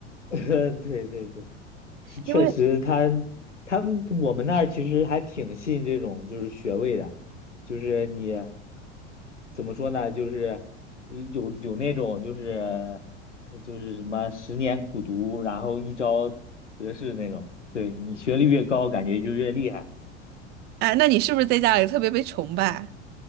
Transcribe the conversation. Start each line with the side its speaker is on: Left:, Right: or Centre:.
Left: <laughs> 对对对，其确实他，
Right: 因为，
Left: 他们我们那儿其实还挺信这种就是学位的，就是你怎么说呢，就是有有那种就是呃就是什么十年苦读，然后一朝得势那种。对你学历越高，感觉就越厉害，
Right: 哎，那你是不是在家里特别被崇拜？